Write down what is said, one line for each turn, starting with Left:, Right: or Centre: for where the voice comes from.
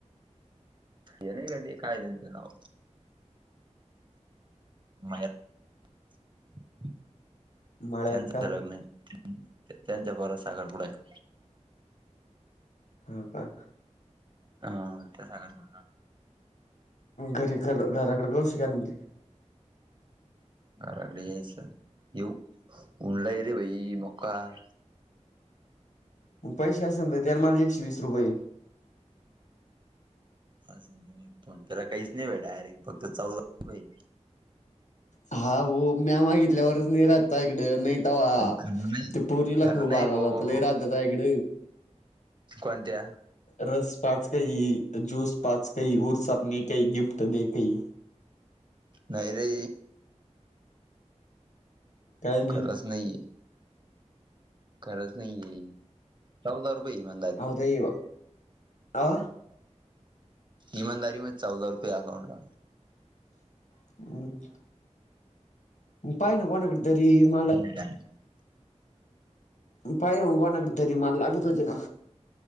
Right: ते नहीं ते काय त्याच नाव. मळ्यात
Left: मळ्यात
Right: त्यांचं
Left: का
Right: <inaudible> लग्न आहे. त्यांच्या पोराचा साखरपुडा आहे.
Left: हा का.
Right: ह त्या साखरपुड्याला
Left: घरी कर घराकडे गऊ <inaudible> काय म्हणते
Right: घराकडे यायचं येऊ ऊन लई हाय रे भाई मोकार.
Left: म पैसे असेल तर देना मला एकशे वीस रुपये.
Right: <inaudible> पण त्याला काहीच नाही भाई डायरेक्ट फक्त चौदा रुपये
Left: हा भाऊ म्या मागितल्यावरच नाही राहत तुझ्याकडे नाही. तवा
Right: खरं नाही
Left: ते पोरीला
Right: खरं
Left: खाऊ
Right: नाही
Left: घालायला
Right: भाऊ
Left: लई राहत तुझ्याकड.
Right: कोणत्या.
Left: रस पाज काई त ज्यूस पाज काई ऊर्सात ने काई गिफ्ट देते काई
Right: नाही रे.
Left: काय नाही
Right: खरच नाहीये. खरच नाहीये चौदा रुपये हाय माझ्या
Left: आरे बा. आ
Right: ईमानदारी मध्ये चौदा रुपये हाय अकाउंटला.
Left: <inaudible> म पाहीना कोणाकड तरी मला.
Right: चालल
Left: म पाय भाऊ कोणाकडे तरी मला लागत होते ना